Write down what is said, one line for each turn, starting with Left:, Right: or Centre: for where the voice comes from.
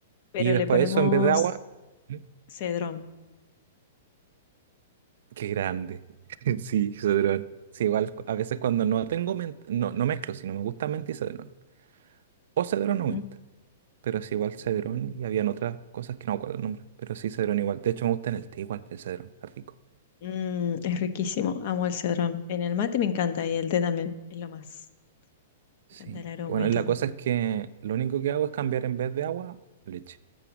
Left: Pero
Right: Y después
Left: le ponemos
Right: de eso, en vez de agua. ¿Mm?
Left: cedrón.
Right: Qué grande. <laughs> Sí, cedrón. Sí, igual a veces cuando no tengo menta, no, no mezclo, si no me gusta menta y cedrón. O cedrón
Left: Ujú.
Right: o menta. pero sí igual cedrón y habían otras cosas que no me acuerdo el nombre, pero sí cedrón igual. De hecho me gusta en el té igual, el cedrón, es rico.
Left: Mm, es riquísimo. Amo el cedrón. En el mate me encanta y el té también. Es lo más.
Right: Sí.
Left: Me encanta el aroma
Right: Bueno,
Left: y
Right: y
Left: todo.
Right: la cosa es que lo único que hago es cambiar en vez de agua, leche.